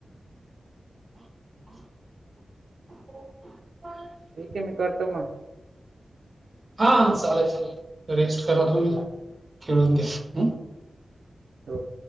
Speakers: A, on the right; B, on the right.
A: <inaudible>
B: ठीक आहे मी करतो मग.
A: हा चालेल चालेल रेस्ट करा, तुम्ही
B: बर
A: खेळून घ्या हम्म.
B: हो.